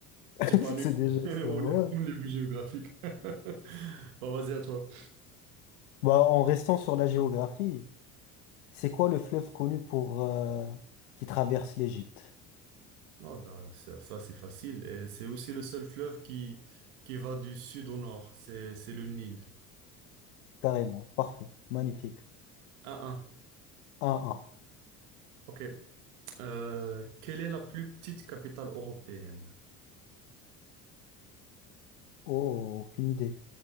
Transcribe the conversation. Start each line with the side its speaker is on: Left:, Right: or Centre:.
Left: <laughs>
Right: T'es pas
Left: C'est
Right: nul <laughs>
Left: déjà ça,
Right: au niveau
Left: ouais.
Right: géographique. <laughs> Bah vas-y à toi.
Left: Bah, en restant sur la géographie, c'est quoi le fleuve connu pour euh, qui traverse l'Égypte?
Right: Ah bah, ça, ça, c'est facile. Et c'est aussi le seul fleuve qui, qui va du sud au nord. C'est, c'est le Nil.
Left: Carrément, parfait, magnifique.
Right: 1-1.
Left: Un, un.
Right: OK. Euh, quelle est la plus petite capitale européenne?
Left: Oh, aucune idée.